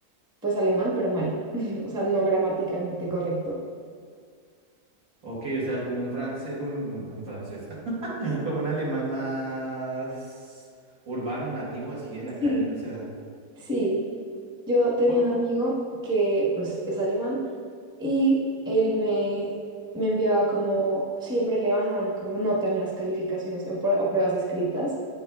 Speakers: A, in the centre; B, on the right (about 60°).
A: pues alemán, pero mal, <laughs> o sea, no gramaticalmente correcto.
B: Ok, o sea, como un francés, un, un- un francés, <laughs> como un alemán más urbano, nativo, así de la calle,
A: Sí.
B: o sea.
A: Sí, yo tenía
B: po-
A: un amigo que pues es alemán Y él me, me enviaba como, siempre le bajaban como nota en las calificaciones en prue- o pruebas escritas